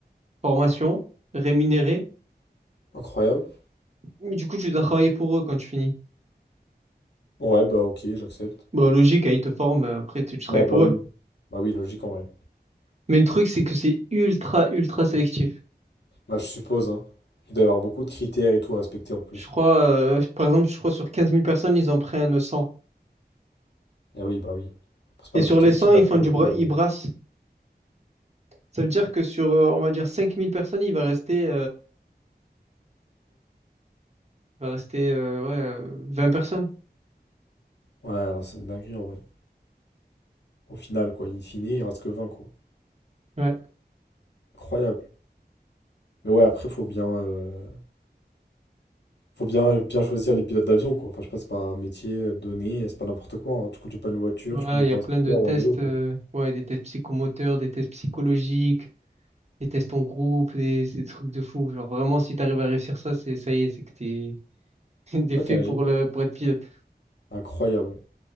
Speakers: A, on the right; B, on the left.
A: formations rémunérées,
B: Incroyable.
A: mais du coup, tu dois travailler pour eux quand tu finis.
B: Ouais, bah ok, j'accepte.
A: bah logique, hein, ils te forment, euh, après, tu, tu travailles
B: Ouais,
A: pour
B: bah oui.
A: eux.
B: Bah oui, logique en vrai.
A: Mais le truc, c'est que c'est ultra, ultra sélectif.
B: Bah, je suppose, hein. Il doit y avoir beaucoup de critères et tout à respecter en plus.
A: Je crois, euh, par exemple, je crois sur quinze mille personnes, ils en prennent cent
B: Ah oui, bah oui. C'est pas
A: Et
B: n'importe
A: sur les
B: qui
A: 100
B: qui va
A: ils
B: piloter.
A: font du bra- ils
B: euh.
A: brassent. Ça veut dire que sur, euh, on va dire, cinq mille personnes, il va rester Il va rester euh, ouais, euh, 20 personnes.
B: Ouais, alors c'est une dinguerie en vrai. Au final, quoi, in fine, il reste que 20 quoi.
A: Ouais.
B: Incroyable. Mais ouais, après, faut bien, euh, faut bien, bien choisir les pilotes d'avion, quoi. Enfin, je sais pas, c'est pas un métier euh, donné, c'est pas n'importe quoi. hein. Tu conduis pas une voiture,
A: Voilà,
B: tu conduis
A: il y
B: pas
A: a plein
B: un scooter
A: de tests,
B: ou un vélo, quoi.
A: euh, ouais, des tests psychomoteurs, des tests psychologiques, des tests en groupe, des, des trucs de fou. Genre vraiment, si tu arrives à réussir ça, c'est ça y est, c'est que t'es <laughs> t'es
B: Ouais,
A: fait
B: t'es un
A: pour
B: génie.
A: le pour être pilote.
B: Incroyable.